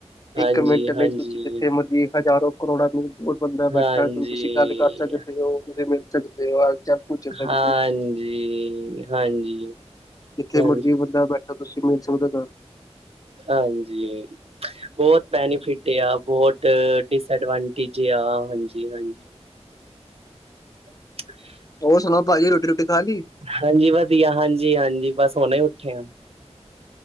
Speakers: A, on the right; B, on the left.
A: ਹਾਂਜੀ
B: ਇੱਕ ਮਿੰਟ
A: ਹਾਂਜੀ
B: ਲਈ, ਤੁਸੀਂ ਜਿੱਥੇ ਮਰਜ਼ੀ ਹਜ਼ਾਰੋ, ਕਰੋੜਾਂ ਨੁੰ ਹੋਰ ਬੰਦਾ ਬੈਠਾ,
A: ਹਾਂਜੀ
B: ਤੁਸੀਂ ਗੱਲ ਕਰ ਸਕਦੇ ਹੋ, ਤੁ ਮਿਲ ਸਕਦੇ ਹੋ ਸਕਦੇ
A: ਹਾਨਜੀ-
B: ਹੋ
A: ਹਾਂਜੀ।
B: ਜਿੱਥੇ
A: ਹਾਂਜੀ
B: ਮਰਜ਼ੀ ਬੰਦਾ ਬੈਠਾ, ਤੁਸੀਂ ਮਿਲ ਸਕਦੇ
A: ਹਾਂਜੀ। ਬਹੁਤ ਬੈਨੀਫਿਟ ਯਾਂ, ਬਹੁਤ ਡਿਸਐਡਵਾਂਟੇਜ ਯਾਂ, ਹਾਂਜੀ-ਹਾਂਜੀ। <inaudible>
B: ਹੋਰ ਸੁਣਾਓ, ਭਾਜੀ, ਰੋਟੀ-ਰੁਟੀ ਖਾਲੀ?
A: ਹਾਂਜੀ ਵਧੀਆ। ਹਾਂਜੀ-ਹਾਂਜੀ, ਬਸ ਹੁਣੇ ਹੀ ਉੱਠੇ ਆ।